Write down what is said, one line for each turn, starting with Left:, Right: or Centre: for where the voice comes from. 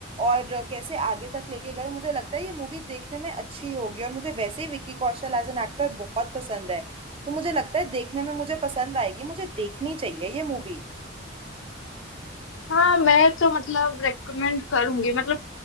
Right: और कैसे आगे तक लेके गए मुझे लगता है ये मूवी देखने में अच्छी होगी और मुझे वैसे ही Vicky Kaushal as an actor बहुत पसंद है तो मुझे लगता है देखने में मुझे पसंद आएगी मुझे देखनी चाहिए ये मूवी
Left: हाँ मैं तो मतलब रेकमेंड करूंगी मतलब